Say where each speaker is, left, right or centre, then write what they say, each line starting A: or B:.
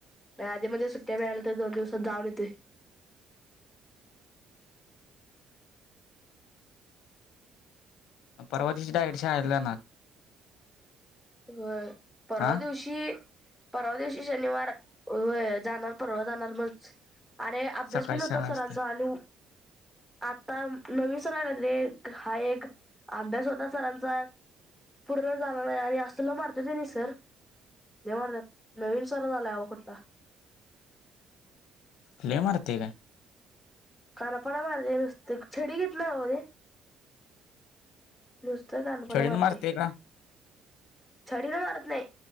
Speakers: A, in the centre; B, on the left.
A: नाही आधीमध्येध्ये सुट्ट्या मिळाल्या तर दोन दिवसात जाऊन येते
B: परवातीची डायट शायला जाणार
A: अ परवा
B: हा
A: दिवशी परवा दिवशी शनिवार जाणार परवा जाणार मग अरे अभ्यास
B: सकाळी
A: बी न होता
B: शाळा
A: सरांचा
B: असते
A: आलू आता नवीन सर आला रे हा एक अभ्यास होता सरांचा पुढे जाणार नाही आणि त तलं मारत ते नि सर ते मारतात नवीन सर झाला हवा कुठला
B: हे मते का
A: खाना पडा मारते नुसते छडी किितनाज नुसतं कानपणा
B: छडीन
A: मारते
B: का
A: डी ना मारत नाही